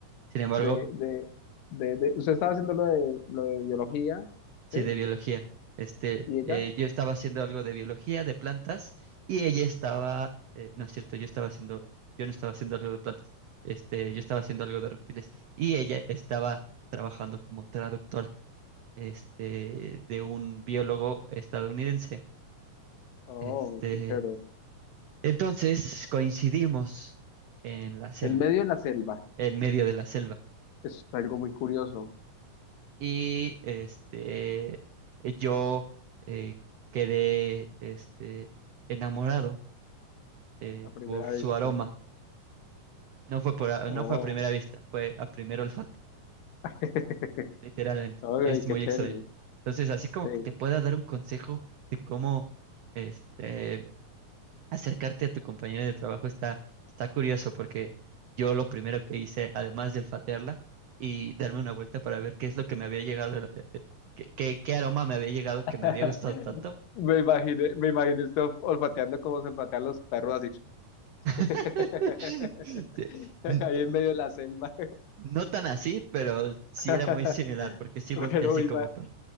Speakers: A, on the right (about 80°); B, on the left (about 75°).
A: Sin embargo,
B: De, de, de, de- usted estaba haciendo lo de, lo de biología,
A: sí,
B: ¿sí?
A: de biología. Este,
B: ¿Y ella?
A: eh, yo estaba haciendo algo de biología, de plantas, y ella estaba, eh, no es cierto, yo estaba haciendo, yo no estaba haciendo algo de plantas, este, yo estaba haciendo algo de reptiles, y ella estaba trabajando como traductora. este, de un biólogo estadounidense.
B: Oh,
A: Este,
B: qué chévere.
A: entonces coincidimos en la selva,
B: En medio de la selva.
A: en medio de la selva.
B: Es algo muy curioso
A: Y este, yo eh, quedé este, enamorado eh,
B: a primera
A: por su
B: vista.
A: aroma. No fue por, a-
B: Oh,
A: no fue a primera vista, fue a primer olfato,
B: <laughs>
A: literalmente.
B: ay,
A: Es muy
B: qué chévere.
A: extraño. Entonces, así como
B: Sí.
A: que te pueda dar un consejo de cómo este, acercarte a tu compañera de trabajo está, está curioso porque yo lo primero que hice, además de olfatearla y darme una vuelta para ver qué es lo que me había llegado, de la- de- de- qué, qué- qué aroma me había llegado
B: <laughs>
A: que me había gustado tanto.
B: Me imaginé, me imaginé esto olfateando como se olfatean los perros así. <laughs>
A: <laughs> Sí, n-
B: Ahí en medio de la selva.
A: No tan así, pero sí
B: <laughs>
A: era muy similar porque sí volteé
B: Pero
A: así
B: ima-
A: como perro.